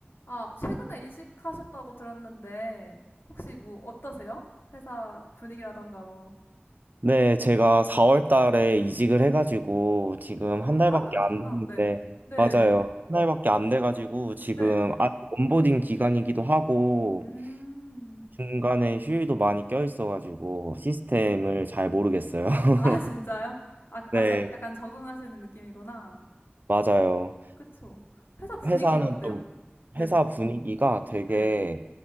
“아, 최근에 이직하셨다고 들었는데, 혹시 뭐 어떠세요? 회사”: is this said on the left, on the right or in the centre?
Left